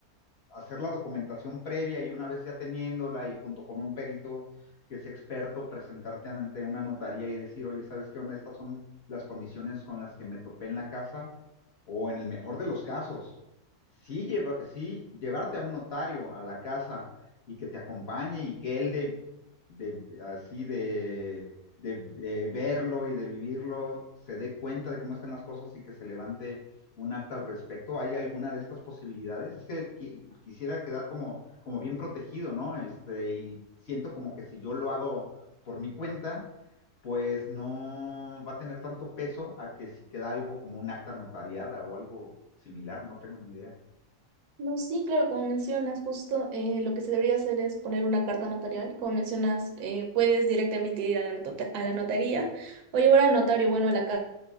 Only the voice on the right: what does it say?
No, sí, claro, como mencionas, justo eh, lo que se debería hacer es poner una carta notarial. Como mencionas, eh, puedes directamente ir a la, nota- a la notaría o llevar al notario, bueno, a la ca-